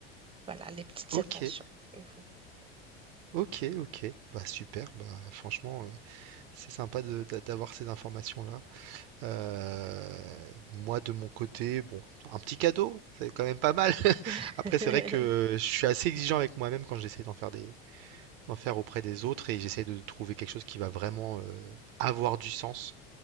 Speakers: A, on the right (about 15°); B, on the right (about 65°).
A: Voilà, les petites
B: Ok,
A: attentions. Mhm.
B: ok, ok. Bah super. Bah franchement, C'est sympa de- d'a- d'avoir ces informations-là. Euh, moi, de mon côté, bon, un petit cadeau, c'est quand même pas mal. <laughs>
A: <laughs>
B: Après, c'est vrai que je suis assez exigeant avec moi-même quand j'essaie d'en faire des, d'en faire auprès des autres et j'essaie de trouver quelque chose qui va vraiment euh, avoir du sens.